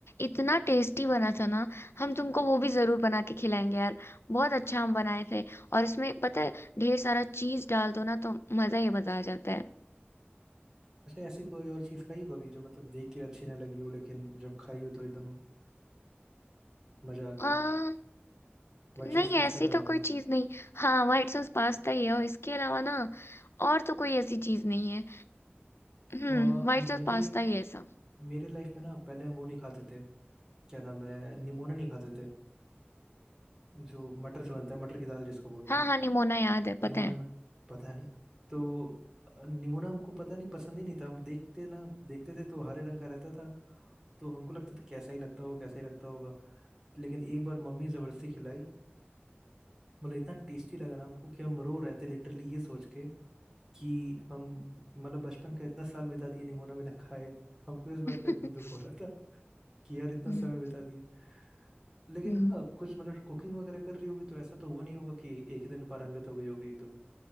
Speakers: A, on the left (about 85°); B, on the right (about 15°).
A: इतना टेस्टी बना था ना हम तुमको वो भी जरूर बना के खिलाएंगे यार बहुत अच्छा हम बनाए थे और उसमें पता है ढेर सारा चीज डाल दो ना तो मजा ही मजा आ जाता है
B: अच्छा ऐसी कोई और चीज खाई हो कभी जो मतलब देख के अच्छी ना लगी हो लेकिन जब खाई हो तो एकदम मजा आ गया
A: आ,
B: हो व्हाइट सॉस
A: नहीं
B: पास्ता
A: ऐसी
B: के अलावा
A: तो कोई चीज नहीं हाँ व्हाइट सॉस पास्ता ही है और इसके अलावा ना और तो कोई ऐसी चीज नहीं है हम्म
B: और
A: व्हाइट
B: मेरे
A: सॉस पास्ता ही है ऐसा
B: मेरे लाइफ में ना पहले हम वो नहीं खाते थे क्या नाम है निमोना नहीं खाते थे जो मटर से बनता है मटर की दाल जिसको बोलते
A: हाँ
B: हैं
A: हाँ निमोना याद है पता
B: निमोना
A: है
B: ना पता है ना तो अ, निमोना हमको पता नहीं पसंद ही नहीं था हम देखते ना देखते थे तो हरे रंग का रहता था तो हमको लगता था कैसा ही लगता होगा कैसा ही लगता होगा लेकिन एक बार मम्मी जबरदस्ती खिलाई मतलब इतना टेस्टी लग रहा हमको कि हम रो रहे थे लिटरली ये सोच के कि हम मतलब बचपन का इतना साल बिता दिए निमोना बिना खाए हमको इस बात
A: <laughs>
B: का इतना दुख हो रहा था कि यार इतना
A: हम्म
B: समय बिता दिए लेकिन
A: हम्म
B: हाँ कुछ मतलब कुकिंग वगैरह कर रही होगी तो ऐसा तो हुआ नहीं होगा कि एक ही दिन पारंगत हो गई होगी एकदम